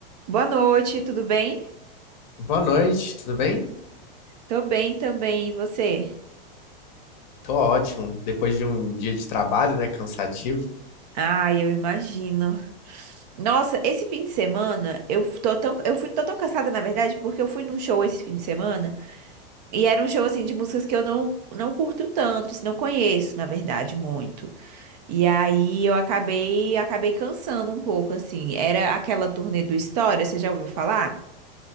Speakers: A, on the right; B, on the left.
A: Boa noite, tudo bem?
B: Boa noite, tudo bem?
A: Tô bem também, e você?
B: Tô ótimo. Depois de um dia de trabalho, né, cansativo.
A: Ah, eu imagino. Nossa, esse fim de semana eu tô tão, eu fui, tô tão cansada, na verdade, porque eu fui num show esse fim de semana e era um show assim de músicas que eu não, não curto tanto, assim, não conheço, na verdade, muito. E aí eu acabei, acabei cansando um pouco, assim. Era aquela turnê do História, você já ouviu falar?